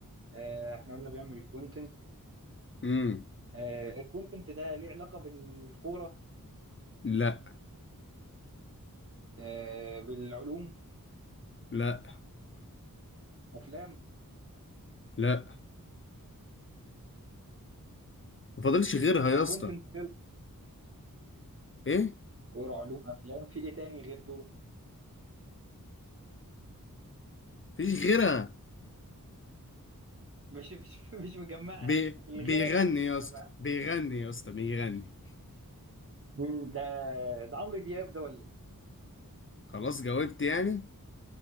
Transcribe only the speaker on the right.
آه احنا قلنا بيعمل كونتنت
آه الكونتنت ده ليه علاقة بالكورة
آه بالعلوم
افلام
ما
كونتنت
كورة علوم افلام في ايه تاني غير دول
مش مش مش مجمعها
الغيرها
دي مش
مجمعها
مم، ده ده عمرو دياب ده ولا ايه